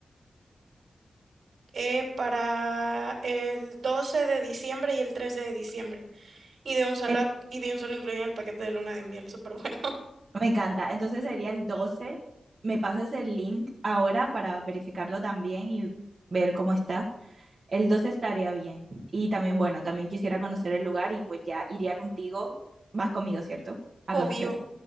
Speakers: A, on the right (about 70°); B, on the right (about 50°).
A: eh, para el 12 de diciembre y el 13 de diciembre. Y de un solo,
B: El-
A: y de un solo incluyen el paquete de luna de miel, súper bueno,
B: me encanta. Entonces sería el doce Me pasas el link ahora para verificarlo también y ver cómo está. El 12 estaría bien. Y también, bueno, también quisiera conocer el lugar y pues ya iría contigo. Vas conmigo, ¿cierto?
A: <laughs>
B: A
A: obvio.
B: conocerlo.